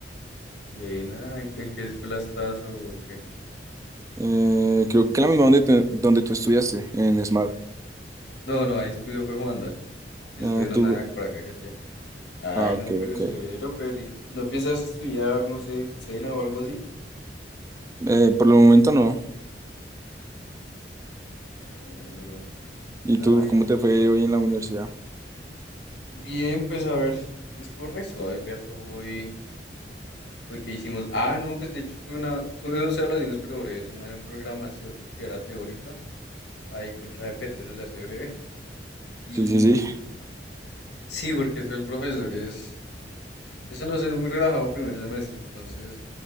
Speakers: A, on the left; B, on the right.
A: Buena, ¿en, en qué escuela estás o qué?
B: Eh, creo que la misma donde, tú- donde tú estudiaste, en Smart.
A: No, no, ahí estudió fue Juanda. Yo
B: Eh,
A: estudié en
B: tú,
A: una por acá que hacía. Ay,
B: ah, ok,
A: no, pero
B: ok.
A: severo, pero ¿y y no piensas estudiar, no sé, cena o algo así?
B: Eh, por el momento no.
A: Ah, bueno, bro. Bien
B: ¿Y tú,
A: la vaina.
B: cómo te fue hoy en la universidad?
A: Bien, pues a ver, hoy estuvo re suave, perro, hoy. Hoy qué hicimos. Ah, no, pues de hecho tuve una, tuve dos evaluaciones, pero breves, una de programación que era teórica, ahí con ChatGPT, eso se hace breve. Y
B: Sí, sí, sí.
A: Sí, porque tú el profesor es, eso no es muy relajado primer semestre, entonces